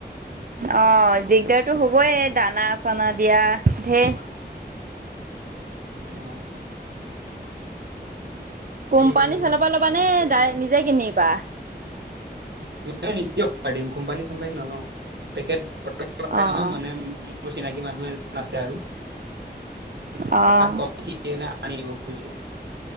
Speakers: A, on the right; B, on the right.
A: অ দিগদাৰতো হ'বই দানা চানা দিয়া ঢেৰ।
B: অ।
A: কম্পানীৰ
B: সেইকাৰণে
A: ফালৰ পৰা ল'বা নে? ডাই নিজে কিনিবা?
B: নাই নিজেই অৰ্ডাৰ দিম, কোম্পানী চোম্পানী নলও। পেকেট <unintelligible>
A: অ
B: নহয়
A: অ
B: মানে মোৰ চিনাকি মানুহ এজন আছে আৰু।
A: অ',
B: তাক কম কি <unintelligible> কে আনি দিব